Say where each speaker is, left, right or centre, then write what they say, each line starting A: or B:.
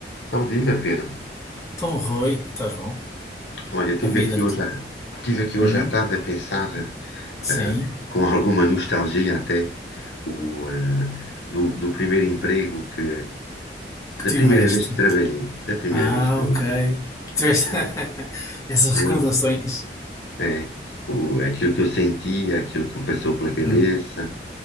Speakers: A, on the left; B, on the left.
A: Então, viva, Pedro.
B: Então, Rui, estás bom?
A: Olha, tive
B: A vida.
A: aqui
B: que-
A: hoje, à- tive aqui hoje
B: Hum?
A: à tarde a pensar,
B: Sim?
A: eh, com alguma nostalgia até, o, eh, do, do primeiro emprego que,
B: Que
A: da
B: tiveste?
A: primeira vez que trabalhei, da primeira
B: Ah,
A: vez que trabalhei.
B: ok. Tiveste
A: O-
B: <laughs> essas
A: como
B: recordações.
A: é? É, o, aquilo que eu sentia, aquilo que me passou pela cabeça,
B: Hum.